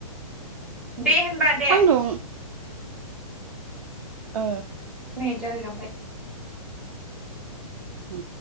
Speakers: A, in the centre; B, on the right.
A: दे होनबा दे।
B: सान्दुं ओ
A: मे जालायलांबाय
B: उ